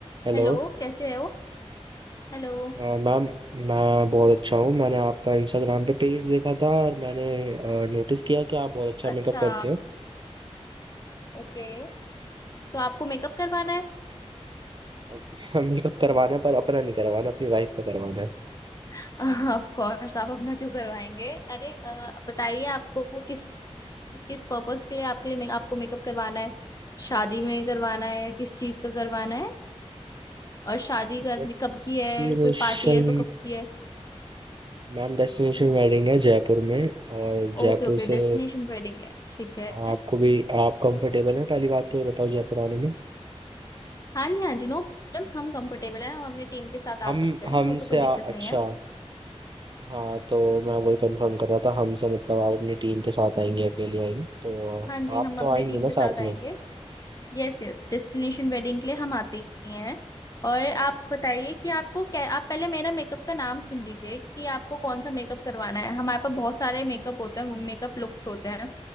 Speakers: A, on the right; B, on the left.
A: हेलो
B: Hello कैसे हो Hello
A: अ, मैम मैं बहुत अच्छा हूँ मैंने आपका इंस्टाग्राम पे पेज देखा था और मैंने नोटिस किया कि आप बहुत अच्छा मेकअप
B: अच्छा
A: करते
B: ओके तो आपको मेकअप करवाना है
A: हो मेकअप <laughs> करवाना है, पर अपना नहीं करवाना अपनी वाइफ का करवाना है
B: <laughs> ऑफ कोर्स आप अपना क्यों करवाएंगे अरे अ, बताइए आपको किस किस पर्पस के लिए आपके लिए मे- आपको मेकअप करवाना है शादी में करवाना है या किस चीज का करवाना है और शादी करनी
A: डेस्टिनेशन
B: कब की है कोई पार्टी है तो कब की है
A: मैम डेस्टिनेशन वेडिंग है जयपुर में और
B: ओके
A: जयपुर
B: ओके डेस्टिनेशन
A: से
B: वेडिंग है ठीक है
A: आपको भी आप कंफर्टेबल हैं पहली बात तो ये बताओ जयपुर आने में
B: हाँ जी हाँ जी नो प्रॉब्लम हम कंफर्टेबल हैं हम अपनी टीम के साथ आ
A: हम
B: सकते हैं
A: हमसे
B: वो तो कोई दिक्कत
A: आ, अच्छा
B: नहीं है
A: हाँ तो मैं वही कंफर्म कर रहा था हमसे मतलब आप अपनी टीम के साथ आएंगे अकेले आएंगे तो
B: हाँ जी
A: आप
B: हम
A: तो
B: अपने
A: आएंगी
B: टीम
A: ना
B: के साथ
A: साथ
B: आएंगे
A: में
B: यस यस डेस्टिनेशन वेडिंग के लिए हम आते ही हैं और आप बताइए कि आपको क्या आप पहले मेरा मेकअप का नाम सुन लीजिए कि आपको कौन सा मेकअप करवाना है हमारे पास बहुत सारे मेकअप होते हैं मेकअप लुक्स होते हैं